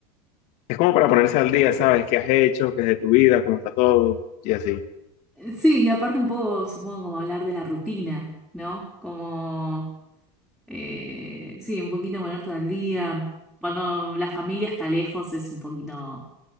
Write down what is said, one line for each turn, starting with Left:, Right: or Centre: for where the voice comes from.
Left: es como para ponerse al día, ¿sabes? ¿Qué has hecho? ¿Qué es de tu vida? ¿Cómo está todo? Y así.
Centre: Sí, y aparte un poco, supongo, como hablar de la rutina, ¿no? Como, eh, sí, un poquito ponerte al día. Cuando la familia está lejos es un poquito...